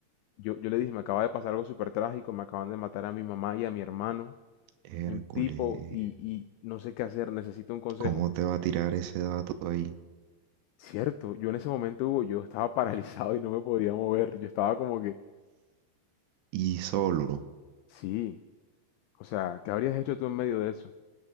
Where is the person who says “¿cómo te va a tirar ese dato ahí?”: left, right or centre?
Right